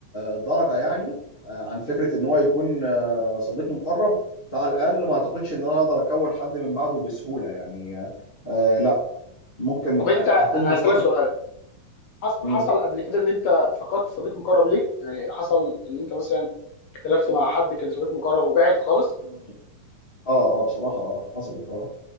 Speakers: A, on the left; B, on the left.
A: درجه يعني آه عن فكره ان هو يكون آه صديق مقرب فعلى الاقل ما اعتقدش ان انا هقدر اكون حد من بعده بسهوله يعني آه لا ممكن
B: طب انت
A: آه
B: انا
A: هكون مفتقد
B: هسألك سؤال حص-
A: مم.
B: حصل قبل كده ان انت فقدت صديق مقرب ليك يعني حصل ان انت مثلا اختلفت مع حد كان صديق مقرب وبعد خالص
A: مم. اه اه بصراحه اه حصلت اه